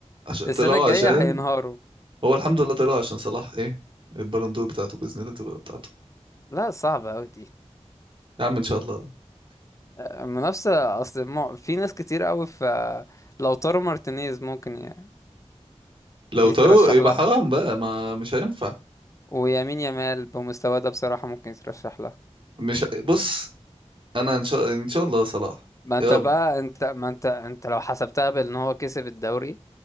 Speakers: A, on the right; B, on the left.
A: عشان طلعوا
B: السنه الجايه
A: عشان
B: هينهاروا
A: هو الحمد لله طلعوا عشان صلاح ايه البالون دور بتاعته باذن الله تبقى بتاعته
B: لا صعبه قوي دي
A: يا عم ان شاء الله
B: آه، منافسه اصل مع- في ناس كتير قوي في لوتارو مارتينيز ممكن ي-
A: لو
B: يترشح
A: طارق يبقى
B: لها
A: حرام بقى ما مش هينفع
B: ويمين يامال بمستواه ده بصراحه ممكن يترشح لها
A: مش ه- بص انا ان شاء ان شاء الله صلاح
B: ما انت
A: يا
B: بقى
A: رب
B: انت ما انت انت لو حسبتها بان هو كسب الدوري